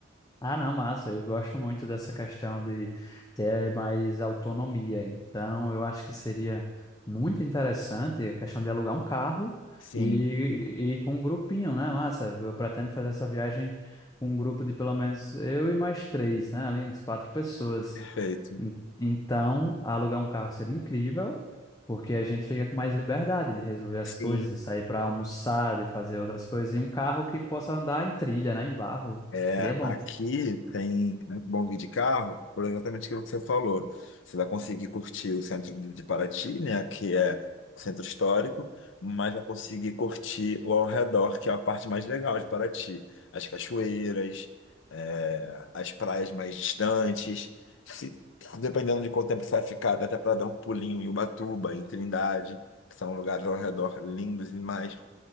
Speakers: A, on the left; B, on the left.
A: Ah, não, massa. Eu gosto muito dessa questão de ter mais autonomia. Então, eu acho que seria muito interessante a questão de alugar um carro
B: Sim,
A: e, e com um grupinho, né, massa? Eu pretendo fazer essa viagem com um grupo de pelo menos eu e mais três, né? Ali, uns quatro pessoas.
B: perfeito.
A: En- Então, alugar um carro seria incrível, porque a gente fica com mais liberdade de resolver as
B: Sim.
A: coisas, de sair para almoçar, de fazer outras coisas, e um carro que possa andar em trilha, né, em barro.
B: É,
A: Seria bom.
B: aqui tem muito bom guia de carro, por exatamente aquilo que você falou. Você vai conseguir curtir o centro de Paraty, né, que é centro histórico, mas vai conseguir curtir o ao redor, que é a parte mais legal de Paraty. As cachoeiras, é, as praias mais distantes. Se, dependendo de quanto tempo você vai ficar, dá até para dar um pulinho em Ubatuba, em Trindade, que são lugares ao redor lindos demais.